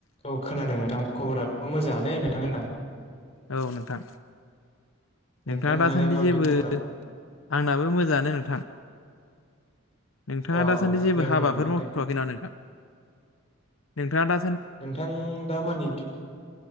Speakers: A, on the left; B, on the left.
A: ओ खोनादों नोंथां खबराथ' मोजां ङानो नोंथां होनदों आं
B: औ नोंथां
A: नोंथांनालाय
B: नोंथाङा दासान्दि
A: माबायदि
B: जेबो
A: खबरा
B: आंनाबो मोजाङानो नोंथां नोंथाङा
A: अ
B: दासान्दि
A: अ
B: जेबो
A: दे बुंलाय
B: हाबाफोर
A: नोंथां
B: मावथ'वाखैना
A: दे
B: नोंथां नोंथाङा दा
A: नोंथां दा मानिथ'